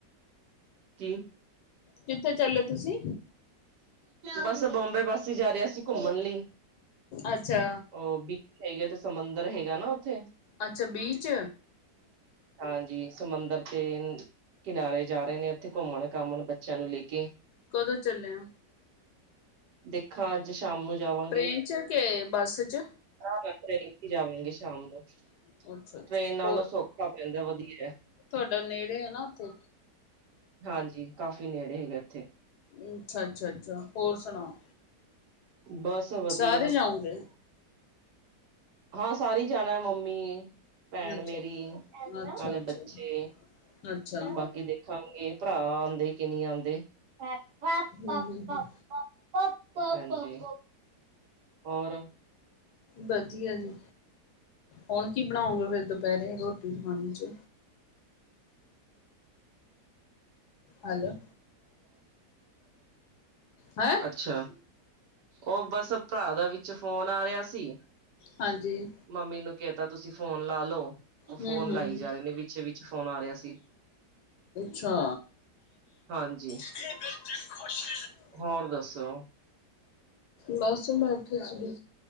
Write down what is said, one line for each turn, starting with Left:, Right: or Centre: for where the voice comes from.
Right: ਕੀ
Left: ਕਿੱਥੇ ਚੱਲੇ ਤੁਸੀਂ?
Right: ਬਸ ਬੰਬੇ ਪਾਸੇ ਜਾ ਰਹੇ ਅਸੀ ਘੁੰਮਣ ਲਈ।
Left: ਅੱਛਾ।
Right: ਉਹ ਬੀਚ ਹੈਗੀ ਉੱਥੇ ਸਮੰਦਰ ਹੈਗਾ ਨਾ ਉੱਥੇ।
Left: ਅੱਛਾ ਬੀਚ।
Right: ਹਾਂਜੀ ਸਮੁੰਦਰ ਤੇ ਕਿਨਾਰੇ ਜਾ ਰਹੇ ਨੇ ਉੱਥੇ ਘੁੰਮਣ-ਘਾਮਣ ਬੱਚਿਆਂ ਨੂੰ ਲੈ ਕੇ।
Left: ਕਦੋਂ ਚੱਲੇ ਓ?
Right: ਦੇਖਾਂ ਅੱਜ ਸ਼ਾਮ ਨੂੰ ਜਾਵਾਂਗੇ।
Left: ਟ੍ਰੇਨ ਚ ਕੇ ਬੱਸ ਚ
Right: ਟਰੇਨ 'ਚ ਜਾਵਾਂਗੀ ਸ਼ਾਮ ਨੂੰ। ਟਰੇਨ
Left: ਅੱਛਾ ਅੱਛਾ
Right: ਨਾਲੋਂ
Left: ਹੋਰ
Right: ਸੌਖਾ। ਪੈਂਦਾ <unintelligible> ਵਧੀਆ।
Left: ਤੁਹਾਡਾ ਨੇੜੇ ਆ ਨਾ ਉਥੇ।
Right: ਹਾਂਜੀ ਕਾਫੀ ਨੇੜੇ ਹੈਗੇ।
Left: ਅੱਛਾ ਅੱਛਾ ਅੱਛਾ ਹੋਰ ਸੁਣਾਓ।
Right: ਬਸ ਵਧੀਆ।
Left: ਸਾਰੇ ਜਾਓਗੇ
Right: ਹਾਂ ਸਾਰੇ ਈ ਜਾਣਾ ਮੰਮੀ- ਭੈਣ
Left: ਅੱਛਾ
Right: ਮੇਰੀ,
Left: ਅੱਛਾ
Right: ਨਾਲੇ
Left: ਅੱਛਾ
Right: ਬੱਚੇ,
Left: ਅੱਛਾ
Right: ਬਾਕੀ ਦੇਖ- ਦੇਖਾਂਗੇ ਭਰਾ ਆਂਦੇ ਕਿ ਨੀ ਆਂਦੇ। ਹਾਂਜੀ।
Left: ਹਮ ਹਮ
Right: ਹੋਰ
Left: ਵਧੀਆ ਜੀ। ਹੁਣ ਕੀ ਬਣਾਉਗੇ ਫਿਰ ਦੁਪਹਿਰੇ ਰੋਟੀ-ਪਾਣੀ 'ਚ? ਹੈਲੋ ਹੈਂ
Right: <unintelligible> ਅੱਛਾ ਉਹ ਬਸ ਭਰਾ ਦਾ ਵਿਚ ਫੋਨ ਆ ਰਿਹਾ ਸੀ।
Left: ਹਾਂਜੀ
Right: ਮੰਮੀ ਨੂੰ ਕਹਿਤਾ ਤੁਸੀ ਫੋਨ ਲਾ ਲਓ, ਉਹ
Left: ਹੂੰ
Right: ਫੋਨ
Left: ਹੂੰ
Right: ਲਾਈ ਜਾ ਰਹੇ ਨੇ ਵਿੱਚੇ ਵਿੱਚ ਫੋਨ ਆ ਰਿਹਾ ਸੀ।
Left: ਅੱਛਾ
Right: ਹਾਂਜੀ
Left: ਇਹਨੇ ਵਿੱਚ ਖੁਸ਼ ਰ-
Right: ਹੋਰ ਦੱਸੋ।
Left: ਬਸ ਬੈਠੇ ਸੀਗੇ।